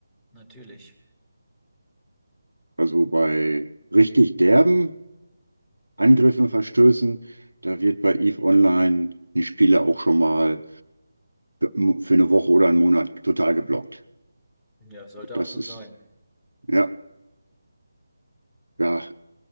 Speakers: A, in the centre; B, on the right (about 85°).
A: natürlich.
B: Also bei richtig derben Angriffen, Verstößen, da wird bei EVE Online ein Spieler auch schon mal für eine Woche oder einen Monat total geblockt.
A: Ja, sollte
B: Das
A: auch so
B: ist,
A: sein.
B: ja, ja,